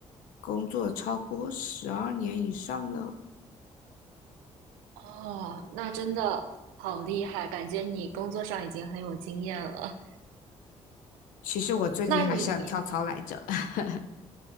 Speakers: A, on the left; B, on the right.
A: 工作超过十二年以上了。
B: 哦，那真的好厉害，感觉你工作上已经很有经验了。
A: 其实我最近还想跳槽来着。
B: 那你
A: <laughs>